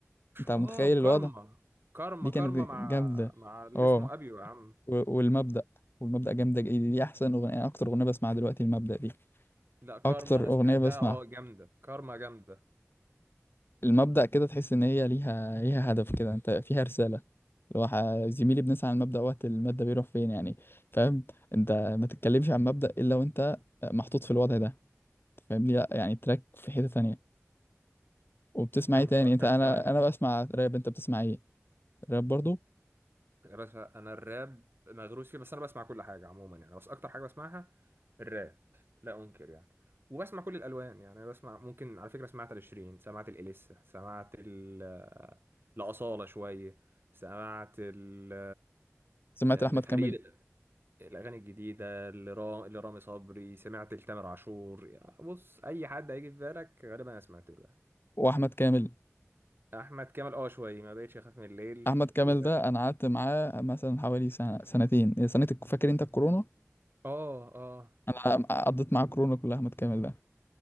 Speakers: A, on the left; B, on the right.
A: انت متخيل
B: اه كارما
A: الوضع
B: كارما
A: دي كانت
B: كارما مع
A: جامده
B: مع اللي
A: اه
B: اسمه ابيو يا عم
A: و- والمبدأ والمبدأ جامده ج- دي احسن اغنيه اكتر اغنيه بسمعها دلوقتي المبدأ دي
B: لا كارما
A: اكتر
B: انا
A: اغنيه
B: سمعتها
A: بسمعها
B: اه جامده كارما جامده
A: المبدأ كده تحس إن هي ليها ليها هدف كده أنت فيها رسالة اللي هو ح- زميلي بنسعى على المبدأ وقت المادة بيروح فين يعني فاهم أنت ما تتكلمش عن مبدأ إلا وأنت محطوط في الوضع ده أنت فاهمني لأ يعني تراك في حتة تانية وبتسمع
B: يا
A: إيه
B: نهار
A: تاني أنت
B: طب
A: أنا
B: ثواني
A: أنا بسمع راب أنت بتسمع إيه راب برضو
B: يا باشا انا الراب مغروس فيه بس انا بسمع كل حاجه عموما يعني بس اكتر حاجه بسمعها الراب لا انكر يعني وبسمع كل الالوان يعني أنا بسمع ممكن على فكره سمعت لشيرين سمعت الاليسا سمعت ال لاصاله شويه سمعت ال
A: سمعت
B: لفريد
A: أحمد كامل
B: الاغاني الجديده لرا- لرامي صبري سمعت لتامر عاشور يعني بص اي حد هيجي في بالك غالبا انا سمعت له يعني.
A: وأحمد كامل
B: احمد كامل اه شويه ما بقتش اخاف من الليل
A: أحمد كامل
B: و...
A: ده أنا قعدت معاه مثلا حوالي سنة سنتين سنة الك- فاكر أنت الكورونا
B: اه اه
A: انا قضيت معاه كورونا كلها متكامل ده